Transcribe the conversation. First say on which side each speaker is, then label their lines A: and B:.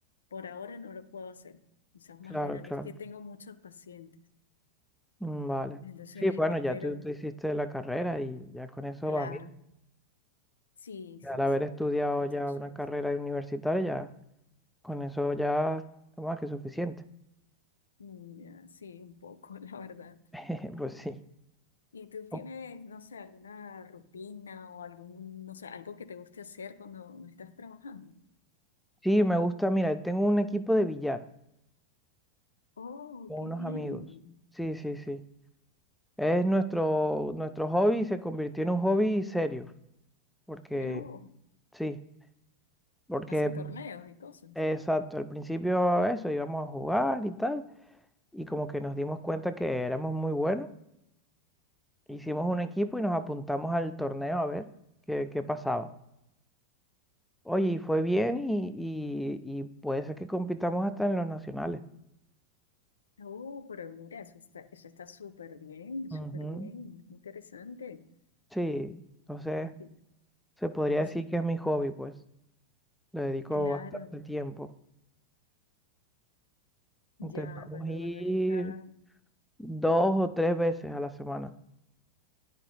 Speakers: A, on the left; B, in the centre.
A: por ahora no lo puedo hacer. Quizás más
B: claro,
A: adelante,
B: claro.
A: es que tengo muchos pacientes.
B: Mm, Vale.
A: Entonces,
B: Sí, bueno,
A: <laughs> espero,
B: ya tú, tú hiciste la carrera y ya con eso
A: claro.
B: va bien.
A: Sí,
B: Ya
A: sí,
B: al haber
A: sí.
B: estudiado
A: Entonces,
B: ya una carrera universitaria, ya con eso ya es más que suficiente.
A: mm, ya, sí, un poco, <laughs> la verdad.
B: <laughs> Pues sí.
A: ¿Y tú tienes,
B: Oh,
A: no sé, alguna rutina o algún, no sé, algo que te guste hacer cuando no estás trabajando?
B: Sí, me gusta, mira, tengo un equipo de billar
A: Oh,
B: con
A: qué
B: unos
A: bien.
B: amigos. Sí, sí, sí. Es nuestro, nuestro hobby se convirtió en un hobby serio. Porque,
A: Uh,
B: sí, porque,
A: hacen
B: mm,
A: torneos y cosas.
B: exacto, al principio eso, íbamos a jugar y tal, y como que nos dimos cuenta que éramos muy buenos. Hicimos un equipo y nos apuntamos al torneo a ver qué, qué pasaba. Oye, y fue bien y, y- y puede ser que compitamos hasta en los nacionales.
A: Oh, pero mira, eso está, eso está súper bien, súper
B: Ujú,
A: bien, interesante.
B: Sí, entonces
A: Y-
B: se podría
A: Es,
B: decir que es mi hobby, pues. Le dedico
A: claro,
B: bastante tiempo.
A: ya,
B: Intentamos
A: pero
B: ir
A: de verdad que está,
B: dos o tres veces a la semana.